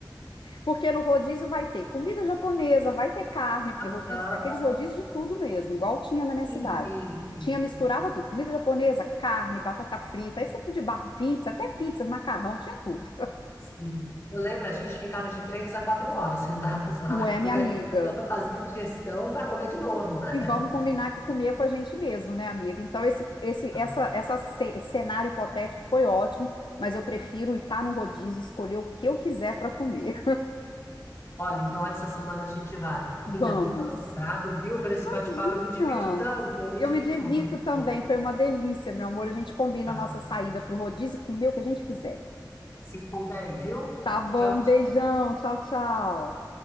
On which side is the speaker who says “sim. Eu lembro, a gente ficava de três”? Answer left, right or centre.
Left